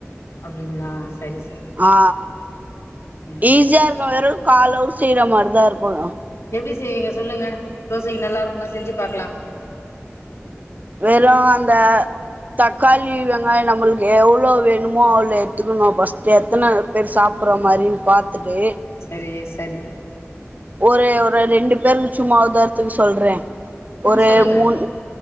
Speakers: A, on the left; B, on the right.
A: அப்டிங்களா சரி சரி
B: ஆ
A: ம்
B: ஈஸியா இருக்கு வெறு காலவ்ர் சீரம் மாரிதா இருக்கு
A: எப்டி செய்வீங்க சொல்லுங்க தோசைக்கு நல்லா இருக்கும்னா செஞ்சு பாக்கலா
B: வெறு அந்த தக்காளி வெங்காயோ நம்மளுக்கு எவ்ளோ வேணுமோ அவ்ளோ எடுத்துக்கணு ஃபர்ஸ்டு எத்தன பேரு சாப்பிட்ற மாரினு பாத்துட்டு
A: சரி சரி
B: ஒரு ஒரு ரெண்டு பேருக்கு சும்மா உதார்த்துக்கு சொல்றே
A: ம்
B: ஒறே
A: சொல்லுங்க
B: முன்